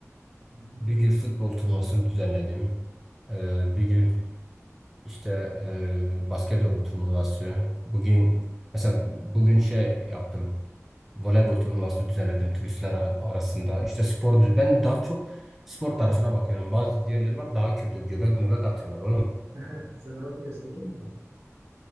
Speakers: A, on the right; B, in the centre.
A: Hmm.
B: bir gün futbol turnuvasını düzenledim. E, bir gün işte e, basketbol turnuvası. Bugün mesela bugün şey yaptım. Voleybol turnuvası düzenledim turistler ar- arasında. İşte spor düz- ben daha çok spor tarafına bakıyorum. Bazı diğerleri var daha kötü. Göbek möbek atıyorlar oğlum.
A: <laughs> Sen yapmıyorsun değil mi?